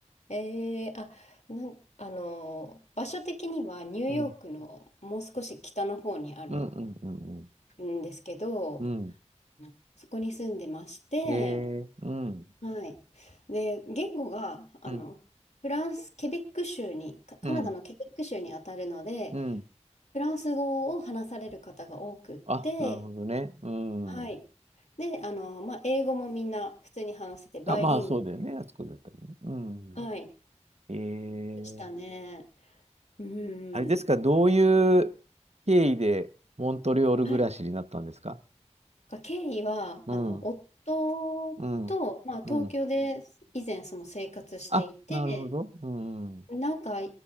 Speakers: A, on the left (about 70°); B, on the right (about 65°).
A: えー、あ、なん、あのー、場所的にはニューヨークのもう少し北の方にある
B: うん。うんうんうん
A: んですけど、
B: うん。うん。
A: うんそこに住んでまして、
B: へえ、うん。
A: はい。で、言語が、あの、
B: うん、
A: フランス、ケベック州に、カカナダのケベック州にあたるので、
B: うん、うん。
A: フランス語を話される方が多くって、
B: あ、なるほどね。うん。
A: はい。で、あの、まあ、英語もみんな普通に話せて、バイリングル、
B: あ、まあ、そうだよね。あそこだったらね。うん。
A: はい。
B: えー、
A: でしたね。う
B: あれですか、
A: ん。
B: どういう経緯でモントリオール暮らしになったんですか
A: はいが経緯は、
B: うん、
A: あの、夫と、
B: うん、
A: まあ、東京で以前その生活していて、
B: うん。あ、なるほど。うん、
A: なんか、